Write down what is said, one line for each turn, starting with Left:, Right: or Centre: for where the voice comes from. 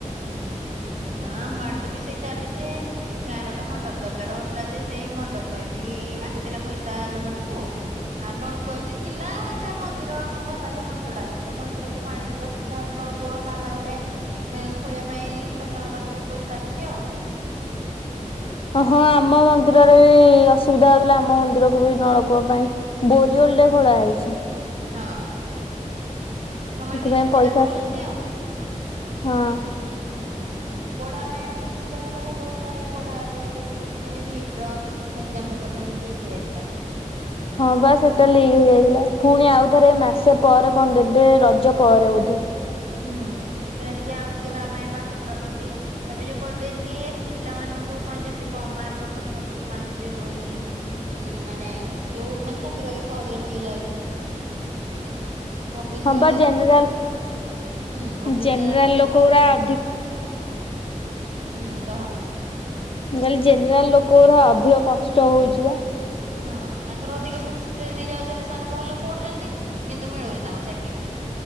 Right: ଉଁ ହୁଁ ହଁ ଆମ ଆଡେ ବି ତ ସେଇ ଚାଲିଚି। ଗାଁରେ ଗୋଟେ ମଣ୍ଡପ ଦରକାର ହଉଥିଲା ଯେ ସେଇ ମଣ୍ଡପ ପାଇଁ ବି ଆସିଥିଲା ପଇସା ଗାମେଣ୍ଟ ପୁ। ଆଉ ନଳକୂଅ ଏମିତି ଥିଲା। ସେ ମନ୍ଦିର ଆମ ଘର ପାଖରେ ମନ୍ଦିରଟା ଅଛି ତ ମନ୍ଦିରକୁ ପାଣି ଟିକେ ଆସୁବିଧା ହଉଚି ତ ନଳକୂଅ ତା ପାଇଁ ଗୋଟେ। ଗାଁ ଖୁଳିବା ପାଇଁ ସରକାରଙ୍କ ପାଖରୁ ବି ପଇସା ଆସିଚି ଆଉ।
Left: ଅହଁ ଆମ ମନ୍ଦିରରେ ବି ଅସୁବିଧା ହଉଥିଲା ଆମ ମନ୍ଦିରକୁ ବି ନଳକୂଅ ପାଇଁ। ବୋରିଓଲ ଟେ ଖୋଳା ହେଇଚି।
Right: ହଁ। ଗମେଣ୍ଟ
Left: ସେଥିପାଇଁ
Right: କିଛି ସୁବିଧା
Left: ପଇସା
Right: କରୁଛନ୍ତି ଆଉ
Left: ହଁ।
Right: ହଁ ପଢା ପାଇଁ ଆଉ ଟିକେ ସୁବିଧା କଲେ ଭଲ ହୁଅନ୍ତା। ଏଇ ପଢା ଏ ଏବେ ତ ଦେଖୁଚନ୍ତି ନିଟ ର ଏକଜାମ ପେପର କେମତି ଲିକ୍ ହେଇଯାଇଥିଲା?
Left: ହଁ
Right: ଆଉ
Left: ବା
Right: ଟିକେ
Left: ସେଟା
Right: ଶିଖି
Left: ଲିକ୍ ହେଇଯାଇଥିଲା। ପୁଣି ଆଉଥରେ ମାସେ ପରେ କଣ ଦେବେ, ରଜ ପରେ ବୋଧେ।
Right: ହୁଁ ସେଇଟା ଟିକେ ଆଉ ଟିକେ ତା ପାଇଁ ପାଠ ପଢା ପ୍ରତି ଏବେ ଯୋଉ କରିଦେଇନି କି ଏସ୍ ଟି ପିଲାମାନାନଙ୍କୁ ସେମାନେ ଯେତେ କମ ମାର୍କ ରଖନ୍ତୁ ପଛେ ସେମାନଙ୍କୁ ଦେଇ ଦଉଚି। ହୁଁ ମାନେ ଯୋଉ ମାନେ ଚାକିରି ବାକିରି ସହଜରେ ମିଳିଯାଉଚି। ଓ ବି ସ
Left: ହଁ
Right: ବାଲା
Left: ବା
Right: ଜେନ୍
Left: ଜେନେରାଲ
Right: ହୁଁ ଓ ବି
Left: ଜେନେରାଲ
Right: ସି ଯାହେଲେ ଟିକେ
Left: ଲୋକ
Right: କଷ୍ଟ।
Left: ଗୁରା ଅଧିକ
Right: ହୁଁ କହ।
Left: ମୁଁ କହିଲି ଜେନେରାଲ ଲୋକ ଗୁଡା ଅଧିକ କଷ୍ଟ ହଉଚି ବା।
Right: ହଁ ତାଙ୍କର ଅଧିକ ପରସେଣ୍ଟ ନେଇଯାଉଚି ବୋଲି ସେମାନେ ଭଲ ପଢୁଚନ୍ତି। କିନ୍ତୁ ମିଳୁନି ତାଙ୍କୁ ଚାକିରି।